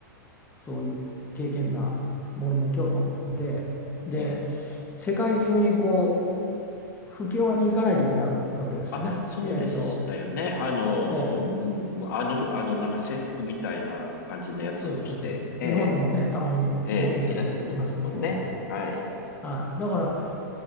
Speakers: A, on the left; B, on the left.
A: そういう敬虔なモルモン教徒で、で、
B: ええ。
A: 世界中にこ布教に行かないといけないわけですよね。
B: あ、そうでしたよね。
A: えっと、
B: あの、
A: ええ、
B: うん、うん、あの、ふあの、なんか制服みたいな感じのやつを着て、
A: そうそうそう日本にもね、
B: ええ、
A: たまに自転車乗っていますけど、
B: ええ、いらっしゃってますもんね。はい。
A: はい、だから、